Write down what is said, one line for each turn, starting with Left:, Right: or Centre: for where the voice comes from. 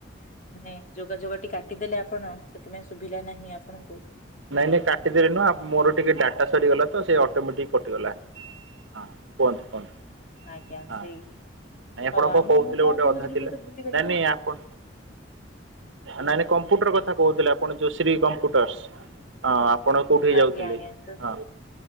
Left: ମାନେ ଯୋଗାଯୋଗଟି କାଟିଦେଲେ ଆପଣ ସେଥିପାଇଁ ସୁବିଲା ନାହିଁ ଆପଣଙ୍କୁ।
Right: ନାଇଁ ନାଇଁ କାଟିଦେଲେ ନୁହଁ ଉ ମୋର ଟିକେ ଡାଟା ସରିଗଲା ତ ସେ ଅଟୋମେଟିକ୍ କଟିଗଲା। ହ କୁହନ୍ତୁ-କୁହନ୍ତୁ
Left: ଆଜ୍ଞା
Right: ହଁ।
Left: ସେଇ
Right: ନାଇଁ ଆପଣ
Left: ହଉ
Right: କଣ
Left: ଆମକୁ
Right: କହୁଥିଲେ
Left: ମୁଁ କଣ
Right: ଗୋଟେ
Left: କହୁଥିଲି
Right: ଅଧା ଥିଲା
Left: ମୁଁ ତ ଭୁଲିଗଲି
Right: ନାଇଁ-ନାଇଁ
Left: ନା
Right: ଆପ ନାଇ-ନାଇ କମ୍ପୁଟର୍ କଥା କହୁଥିଲେ ଆପଣ ଯୋଉ ଶ୍ରୀ କମ୍ପୁଟର୍ସ ହଁ। ଆପଣ କୋଉଠି କି ଯାଉଥିଲେ
Left: ଆଜ୍ଞା ଆଜ୍ଞା ତ
Right: ହଁ